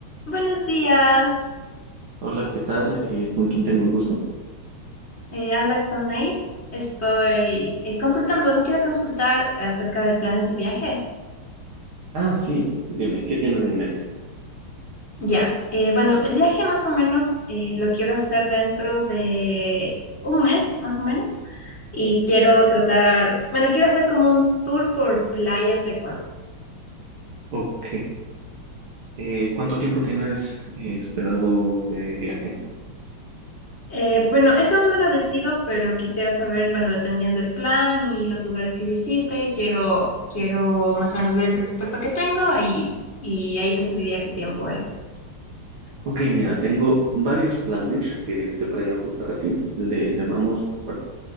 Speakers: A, on the left; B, on the right.
A: Buenos días,
B: Hola, ¿qué tal? Eh, ¿con quién tengo el gusto?
A: eh, habla con Nair. Estoy eh, consultando, bueno, quiero consultar acerca de planes de viajes.
B: Ah, sí, dime, ¿qué tienes en mente?
A: Ya, eh, bueno, el viaje más o menos eh, lo quiero hacer dentro de un mes, más o menos, y quiero tratar, bueno, quiero hacer como un tour por playas de Ecuador.
B: Ok, eh, ¿cuánto tiempo tienes eh, esperado de viaje?
A: Eh, bueno, eso aún no lo decido, pero quisiera saber, bueno, dependiendo del plan y los lugares que visite, quiero, quiero más o menos ver el presupuesto que tengo y, y ahí decidiría qué tiempo es.
B: Ok, mira, tengo varios planes que se pueden ajustar a ti. Le llamamos, bueno,